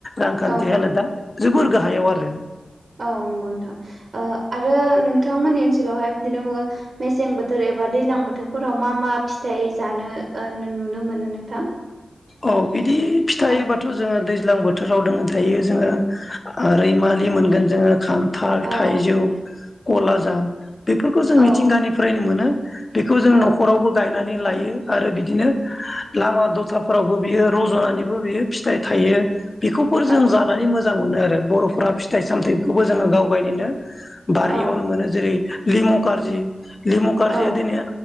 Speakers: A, on the left; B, on the right.
A: रांखान्थि
B: औ
A: हालोदा जोबोर गाहायाव आरो।
B: औ नंगौ नोंथां ओ आरो नोंथांमोननि ओनसोलावहाय बिदिनो मेसें बोथोर एबा दैज्लां बोथोरफोराव मा मा फिथाइ जानो ओ नों नुनो मोनो नोंथां?
A: औ बिदि फिथायबाथ'
B: औ
A: जोङो दैज्लां बोथोराव दङ दायो जोङो ओ रैमा लि मोनगोन जोङो खान्थाल,
B: औ
A: थाइजौ, कलाजाम बेफोरखौ जों
B: औ
A: मिथिंगानिफ्रायनो मोनो। बेखौ जों
B: औ
A: न'खरावबो गायनानै लायो आरो बिदिनो लामा दथा फोरावबो बियो रज'नानैबो बियो फिथाइ थायो बेखौफोर
B: औ
A: जों जानानै मोजां मोनो आरो। बर'फोरा फिथाइ सामथायखौबो जोङो गाव गावनिनो बारियावनो
B: औ
A: मोनो जेरै लिमु कारजि लिमु कार्जिया
B: औ
A: दिनै